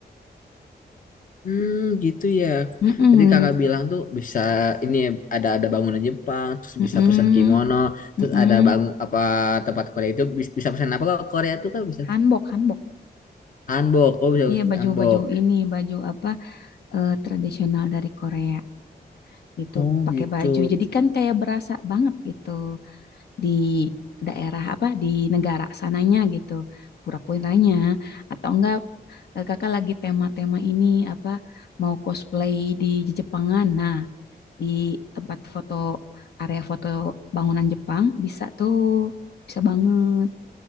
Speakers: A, on the left; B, on the left.
A: Hmm, gitu ya.
B: Mm-mm.
A: Berarti kakak bilang tuh bisa ini ya, ada ada bangunan Jepang, terus
B: Mm-mm.
A: bisa pesan kimono, terus
B: Mm-mm.
A: ada bangun apa tempat Korea itu bis- bisa pesan apa? Kalau Korea tuh kan bisa
B: Hanbok, hanbok.
A: hanbok, kok bisa
B: Iya
A: pesan
B: baju-baju
A: hanbok.
B: ini, baju apa eh, tradisional dari Korea gitu,
A: Oh,
B: pakai
A: gitu.
B: baju. Jadi kan kayak berasa banget gitu. di daerah apa di negara sananya gitu pura-puranya atau enggak eh, kakak lagi tema-tema ini apa mau cosplay di Jepangan nah di tempat foto area foto bangunan Jepang bisa tuh bisa banget